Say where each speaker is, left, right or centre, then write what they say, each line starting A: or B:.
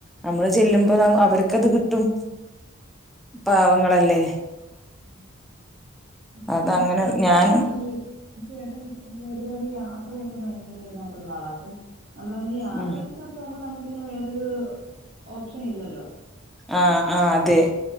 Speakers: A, in the centre; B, on the right (about 55°).
A: നമ്മള് ചെല്ലുമ്പോ അവർക്കത് കിട്ടും പാവങ്ങളല്ലേ
B: ഉം ഉംം
A: അതങ്ങനെ
B: നമ്മള് ഇവിടെ
A: ഞാനും
B: ഈ തീർച്ചയായിട്ടും ദൂരെ ദൂരെ യാത്ര അത്രയൊക്കെ ഭയങ്കര ഇതായിട്ടുള്ള ആളാണ് അപ്പം നമ്മള് അങ്ങനെ യാത്രക്കൊക്കെ
A: ഉം
B: പോകുമ്പോ നമുക്ക് പിന്നെ വേറൊരു ഓപ്ഷൻ ഇല്ലല്ലോ
A: ആഹ് ആഹ് അതെ